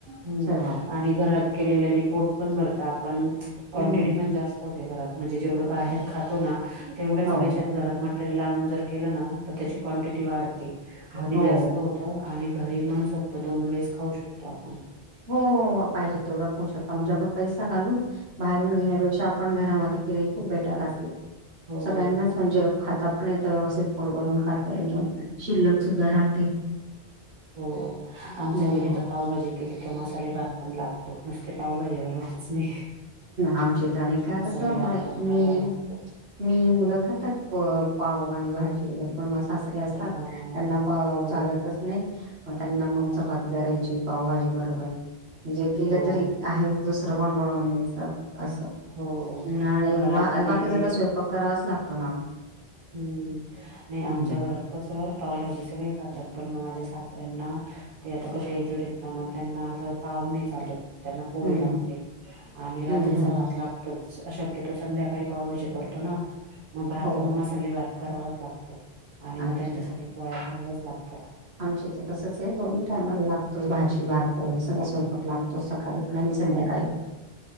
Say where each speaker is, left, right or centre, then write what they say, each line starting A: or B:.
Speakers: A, on the right; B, on the right.
A: हम्म
B: सर्व.
A: आणि घरात केलेल्याने पोट पण भरत आपण क्वांटिटी
B: हम्म
A: पण जास्त होते घरात म्हणजे जेवढं बाहेर खातो ना तेवढ्याच
B: हो
A: पैशात घरात मटेरियल आणून जर केलं ना तर त्याची क्वटिटी वाढते घरी
B: हो
A: जास्त आणि घरी म्हण शकतो दोन वेळेस खाऊ शकतो आपण
B: हो पाहिजे तेवढं खाऊ शकता म्हणजे आपण पैसा घालून बाहेरून घेण्यापेक्षा आपण घरामध्ये केले खूप बेटर असत.
A: हो
B: सगळ्यांनाच म्हणजे खाता पण येतं व्यवस्थित ड भून खात होत
A: हम्म
B: शिल्लक
A: तेच
B: सुद्धा
A: ना
B: राहते.
A: हो आमच्या
B: हम्म
A: घरी तर पावभाजी केली किवा मसाले भात पण लागतो नुसते पावभजीवर होतच. नाही
B: आमची तर आणि का
A: मसाले
B: कसं
A: भात
B: म
A: पण
B: मी
A: करावा लागतो
B: मी मुलं खातात पाव आणि भाजी वगैरे पण मग सासरे असतात.
A: हा
B: त्यांना प
A: हो
B: चालतच नाही मग त्यांना मग
A: हा
B: चपाती करायची पावभाजी बरोबर. म्हणजे केलं
A: हो
B: तरी आहेच दुसरं पण बनवणे. असं
A: हो
B: आणि
A: घरात आणि
B: बाकीचा तर स्वयंपाक करावाच लागतो ना.
A: हम्म नाही आमच्या
B: हम्म
A: घरात कस पावभाजी सगळे खातात पण माझ्या सासरा त्यांना ते आता कश हेजडीत का मग त्यांना असं पाह नाही चालत. त्यांना पोळी
B: हम्म
A: लागते आणि रात्रीचा
B: हम्म हम्म
A: भात लागतोच. शक्यतो संध्याकाळी पावभजी करतो ना मग भात
B: हो
A: मग मसाले भात करावाच लागतो. आणि
B: अच्छा
A: मग त्यांच्यासाठी पोळ्या बनवच लागतात.
B: आमच्या इथ तसच आहे दोन्ही टायमाला लागतोच भाजी भात पोळी सगळं. स्वपक
A: हम्म
B: लागतो सकाळी पण आणि संध्याकाळी
A: हो